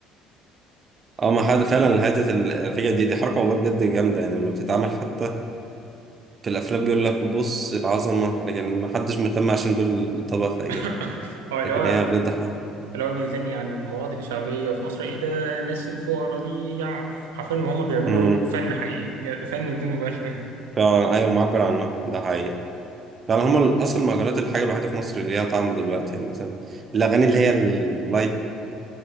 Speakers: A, on the right; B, on the right.
A: اه ما حد فعلا حته الفكره دي دي حركه والله بجد جامده يعني لما بتتعمل حتى في الافلام بيقول لك بص العظمه لكن ما حدش مهتم عشان دول طبقه فقيره
B: <laughs> هو اللي
A: لكن
B: هو
A: هي بجد حق.
B: اللي هو بيغني عن مناطق شعبيه في مصر ايه ده الناس الفقراء دي يع حرفيا ما هم بيعملوا
A: امم
B: فن حقيقي فن بدون مبالغه
A: فعلا ايوه معبر عنها ده حقيقي فعلا
B: <laughs>
A: هما اصلا المهرجانات الحاجه الوحيده في مصر اللي ليها طعم دلوقتي يعني مثلا الاغاني اللي هي اللايت